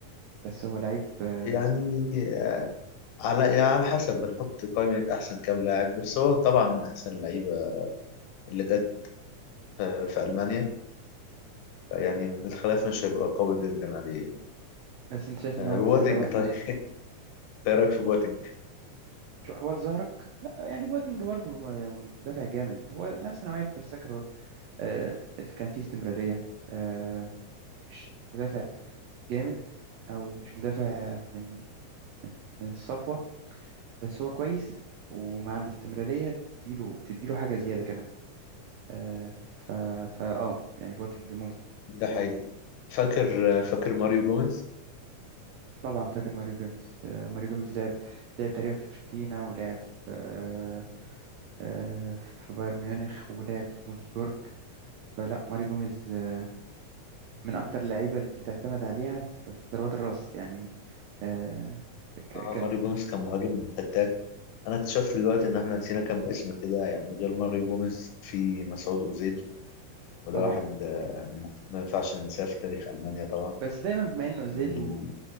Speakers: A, on the right; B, on the left.
A: بس هو لعيب آه،
B: يعني آه، على يعني على حسب بنحط قائمه احسن كام لاعب بس هو طبعا من احسن اللعيبه اللي جت آه، في ألمانيا يعني الخلاف مش هيبقى قوي جدا عليه يعني
A: بس أنت شايف
B: آه،
A: إن هو مثلا
B: بواتينج
A: لو إحنا
B: طيب ايه رأيك في بواتينج؟
A: شو حوال ظهرك لا يعني بواتينج برضو م- مدافع جامد هو نفس نوعية بيرساكر هو آه، كان فيه استمرارية آه، مش مدافع جامد او مش مدافع من من من الصفوه بس هو كويس ومع الاستمراريه تديله تديله حاجه زياده كمان آه ف فا اه يعني بوتنج ممكن
B: ده حقيقي فاكر آه، فاكر ماريو جوميز؟
A: طبعا فاكر ماريو جيمس آه ماريو جيمس لعب لعب تقريبا في فيورنتينا ولعب في آه آه في بايرن ميونخ ولعب في فولفسبورج فلا ماريو جيمس آه، من اكتر اللعيبه اللي تعتمد عليها في في ضربات الراس يعني آه ك-
B: اه
A: كان
B: ماريو جوميز كان مهاجم فتاك انا اكتشفت دلوقتي ان احنا نسينا كام اسم كده يعني غير ماريو جوميز في مسعود اوزيل وده
A: طبعا
B: واحد آه، ما ينفعش ننساه في تاريخ ألمانيا طبعا
A: بس دايما بما انه اوزيل
B: من-